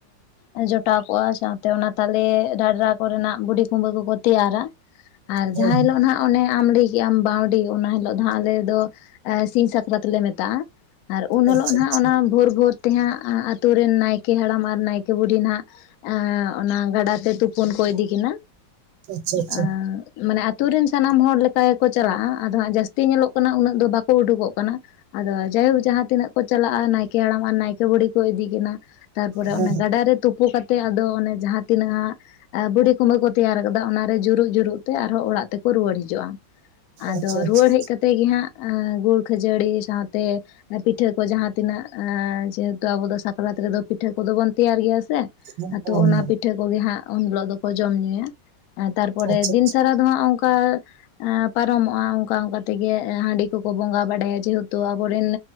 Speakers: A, on the left; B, on the right.
A: ᱮᱸᱻ ᱡᱚᱴᱟᱣ ᱠᱚᱜᱼᱟ ᱥᱟᱶᱛᱮ ᱚᱱᱟ ᱛᱟᱞᱮ ᱰᱷᱟᱰᱨᱟ ᱠᱚᱨᱮᱱᱟᱜ ᱵᱩᱰᱷᱤ ᱠᱩᱢᱵᱟᱹ ᱠᱚᱠᱚ ᱛᱮᱭᱟᱨᱟ ᱟᱨ
B: ᱦᱮᱸ
A: ᱡᱟᱦᱟᱸ
B: ᱦᱮᱸ
A: ᱦᱤᱞᱚᱜ ᱱᱷᱟᱜ, ᱚᱱᱮ ᱟᱢ ᱞᱟᱹᱭ ᱠᱮᱜ ᱟᱢ ᱵᱟᱺᱣᱰᱤ ᱚᱱᱟ ᱦᱤᱞᱚᱜ ᱫᱚ ᱦᱟᱸᱜ ᱟᱞᱮ ᱫᱚ ᱥᱤᱧ ᱥᱟᱠᱨᱟᱛ ᱞᱮ ᱢᱮᱛᱟᱜᱼᱟ ᱾ ᱟᱨ ᱩᱱ ᱦᱤᱞᱚᱜ
B: ᱟᱪᱪᱷᱟ
A: ᱱᱷᱟᱜ
B: ᱟᱪᱪᱷᱟ
A: ᱚᱱᱟ ᱵᱷᱳᱨ ᱵᱷᱳᱨ ᱛᱮᱦᱟᱸᱜ ᱟᱹᱛᱳ ᱨᱮᱱ ᱱᱟᱭᱠᱮ ᱦᱟᱲᱟᱢ ᱟᱨ ᱱᱟᱭᱠᱮ ᱵᱩᱰᱷᱤ ᱱᱷᱟᱜ, ᱮᱸᱻ ᱚᱱᱟ ᱜᱟᱰᱟᱛᱮ ᱛᱩᱯᱩᱱ ᱠᱚ ᱤᱫᱤᱠᱤᱱᱟ ᱾
B: ᱟᱪᱪᱷᱟ ᱟᱪᱪᱷᱟ
A: ᱮᱸᱻ ᱢᱟᱱᱮ ᱟᱹᱛᱩ ᱨᱮᱱ ᱥᱟᱱᱟᱢ ᱦᱚᱲ ᱞᱮᱠᱟ ᱜᱮᱠᱚ ᱪᱟᱞᱟᱜᱼᱟ ᱟᱫᱚ ᱦᱟᱸᱜ ᱡᱟᱹᱥ ᱛᱤ ᱧᱮᱞᱚᱜ ᱠᱟᱱᱟ ᱩᱱᱟᱹᱜ ᱫᱚ <unintelligible> ᱠᱚ ᱩᱰᱩᱠᱚᱜ ᱠᱟᱱᱟ ᱟᱫᱚ ᱡᱟᱭᱦᱳᱠ ᱡᱟᱦᱟᱸ ᱛᱤᱱᱟᱹᱜ ᱠᱚ ᱪᱟᱞᱟᱜᱼᱟ ᱱᱟᱭᱠᱮ ᱦᱟᱲᱟᱢ ᱟᱨ ᱱᱟᱭᱠᱮ ᱵᱩᱰᱷᱤ ᱠᱚ ᱤᱫᱤᱠᱤᱱᱟ ᱾ ᱛᱟᱨᱯᱚᱨᱮ
B: ᱦᱮᱸ
A: ᱚᱱᱮ
B: ᱦᱮᱸ
A: ᱜᱟᱰᱟᱨᱮ ᱛᱩᱯᱩ ᱠᱟᱛᱮ ᱟᱫᱚ ᱚᱱᱮ ᱡᱟᱦᱟᱸ ᱛᱤᱱᱟᱹᱜ ᱦᱟᱸᱜ ᱵᱩᱰᱷᱤ ᱠᱩᱢᱵᱟᱹ ᱠᱚ, ᱛᱮᱭᱟᱨ ᱟᱠᱟᱫᱟ ᱚᱱᱟᱨᱮ ᱡᱩᱨᱩᱜ ᱡᱩᱨᱩᱜ ᱛᱮ ᱟᱨᱦᱚᱸ ᱚᱲᱟᱜ ᱛᱮᱠᱚ ᱨᱩᱣᱟᱹᱲ ᱦᱤᱡᱩᱜᱼᱟ ᱟᱫᱚ
B: ᱟᱪᱪᱷᱟ
A: ᱨᱩᱣᱟᱹᱲ
B: ᱟᱪᱪᱷᱟ ᱟᱪᱪᱷᱟ
A: ᱦᱮᱡ ᱠᱟᱛᱮ ᱾ ᱛᱮᱜᱮ ᱦᱟᱸᱜ ᱜᱩᱲ ᱠᱷᱟᱹᱡᱟᱹᱲᱤ ᱥᱟᱶᱛᱮ, ᱯᱤᱴᱷᱟᱹ ᱠᱚ ᱡᱟᱦᱟᱸ ᱛᱤᱱᱟᱹᱜ ᱡᱮᱦᱮᱛᱩ ᱟᱵᱚ ᱫᱚ ᱥᱟᱠᱨᱟᱛ ᱨᱮᱫᱚ ᱯᱤᱴᱷᱟᱹ ᱠᱚᱫᱚ ᱵᱚᱱ ᱛᱮᱭᱟᱨ ᱜᱮᱭᱟ ᱥᱮ ᱾
B: ᱦᱮᱸ
A: ᱛᱚ
B: ᱦᱮᱸ
A: ᱚᱱᱟ ᱯᱤᱴᱷᱟᱹ ᱠᱚᱜᱮ ᱦᱟᱸᱜ ᱩᱱ ᱦᱤᱞᱚᱜ ᱫᱚᱠᱚ ᱡᱚᱢ ᱧᱩᱭᱟ ᱾ ᱛᱟᱨᱯᱚᱨᱮ
B: ᱟᱪᱪᱷᱟ
A: ᱫᱤᱱ
B: ᱟᱪᱪᱷᱟ
A: ᱥᱟᱨᱟ ᱫᱚ ᱦᱟᱸᱜ ᱚᱱᱠᱟ, ᱟᱸᱻ ᱯᱟᱨᱚᱢᱚᱜᱼᱟ ᱚᱱᱠᱟ ᱚᱱᱠᱟ ᱛᱮᱜᱮ ᱦᱟᱺᱰᱤ ᱠᱚᱠᱚ ᱵᱚᱸᱜᱟ ᱵᱟᱲᱟᱭᱟ ᱡᱮᱦᱮᱛᱩ ᱟᱵᱚᱨᱮᱱ,